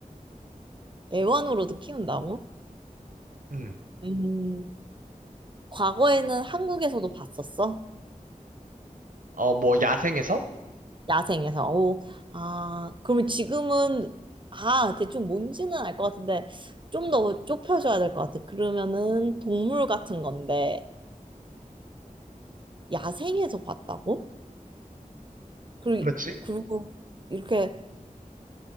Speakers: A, on the right (about 35°); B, on the right (about 75°).
A: 애완으로도 키운다고?
B: 음.
A: 음, 과거에는 한국에서도 봤었어?
B: 어 뭐 야생에서?
A: 야생에서. 오, 아, 그러면 지금은, 아, 대충 뭔지는 알 것 같은데, 좀 더 좁혀줘야 될 것 같아. 그러면은 동물 같은 건데, 야생에서 봤다고? 그리고,
B: 그렇지.
A: 그리고 이렇게